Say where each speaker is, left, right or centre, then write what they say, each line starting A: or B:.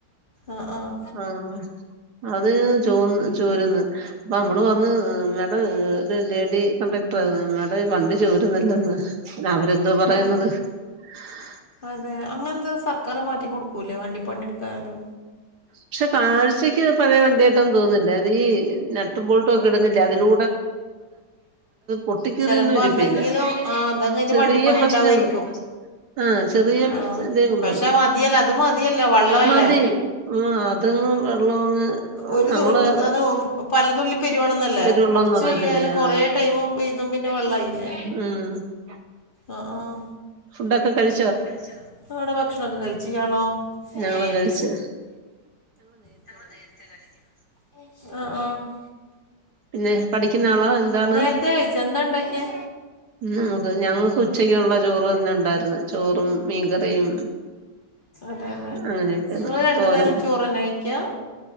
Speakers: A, on the left (about 30°); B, on the right (about 65°).
A: ആഹ് ആഹ്
B: ആഹ് അത് ചോന്ന് ചോരുന്ന്. അപ്പൊ അമ്മള് പറഞ്ഞു മേ <unintelligible> ഇതി കണ്ടക്ടർ ആയിരുന്നു. ഞാൻ പറഞ്ഞു വണ്ടി ചോരുന്നില്ലന്ന്. പിന്നെ അവരെന്തോ പറയുന്നത്.
A: അതെ
B: <inaudible>
A: അതെ അങ്ങനെന്താ സർക്കാർ മാറ്റി കൊടുക്കൂല്ലേ വണ്ടി പണി എടുക്കാന്.
B: പക്ഷെ കാഴ്ചക്ക് പഴയ വണ്ടിയായിട്ടൊന്നും തോന്നുന്നില്ല അതീ നട്ടും ബോൾട്ടൊക്കേ ഇടുന്നില്ലേ അതിലൂ പൊട്ടിക്കേറിയൊന്നും
A: ചെലപ്പോ
B: ഇരിപ്പില്ല
A: എന്തെങ്കിലും ആഹ് എന്തെങ്കിലും
B: ചെറിയ
A: വണ്ടി പണി
B: പ്രശ്നേള്ളു
A: ഉണ്ടാവോയിരിക്കും.
B: ആഹ് ചെറിയ
A: ആഹ്
B: ഇതേ ഉള്ളു
A: പക്ഷെ മതിയല്ലേ അത് മതിയല്ലോ വള്ളമല്ലേ.
B: മതി ആഹ് അതങ്ങ് വെള്ളമങ്ങ്
A: ഒരു
B: നമ്മള്
A: ജോ എന്താണ് പല തുള്ളി പെരു വെള്ളംന്നല്ലേ.
B: വരുള്ളൂന്ന്
A: കൊറച്ച്
B: അറിയത്തില്ലേ
A: തുള്ളിയായാലും
B: ആ
A: കൊറേ ടൈമ് പെയ്തും പിന്നെ വെള്ളായില്ലേ.
B: മ്ഹ്
A: ആഹ് ആഹ്
B: ഫുഡൊക്കെ കഴി
A: ഫുഡ്ക്കെ കഴിച്ചോ ഇവ്ടെ ഭക്ഷണൊക്കെ കഴിച്ച് ഇയാളോ? എ
B: ഞങ്ങളും കഴിച്ച്
A: ഞങ്ങള് നേരത്തേ കഴിക്കും. ആഹ് ആഹ്
B: പിന്നെ പഠിക്കുന്ന ആളാ എന്താണ്.
A: നേരത്തെ കഴിച്ചോ എന്താ ഉണ്ടാക്കിയേ
B: നമുക്ക് ഞങ്ങക്ക് ഉച്ചക്കൊള്ള ചോറ് തന്നെ ഉണ്ടായിര്ന്ന്. ചോറും മീൻകറിയും.
A: അതെയല്ലേ
B: അങ്ങനെയൊക്കെയാണ്
A: നിങ്ങള് രണ്ടു
B: തോരൻ
A: നേരം ചോറ്ന്നെ കഴിക്കാം.